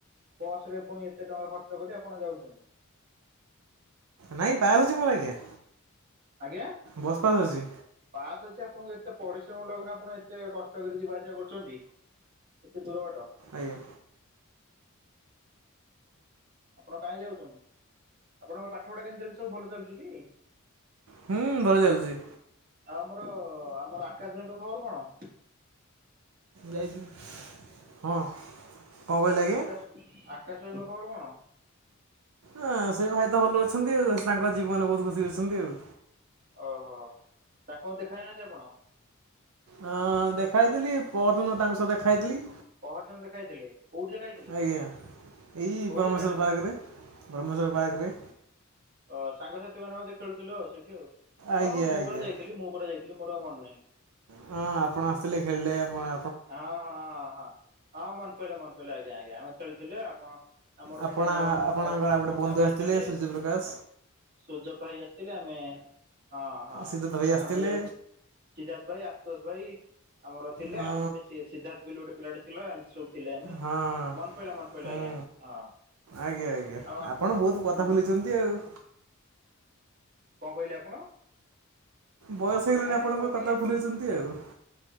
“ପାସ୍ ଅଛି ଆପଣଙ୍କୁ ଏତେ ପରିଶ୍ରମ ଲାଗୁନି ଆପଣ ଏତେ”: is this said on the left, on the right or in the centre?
Right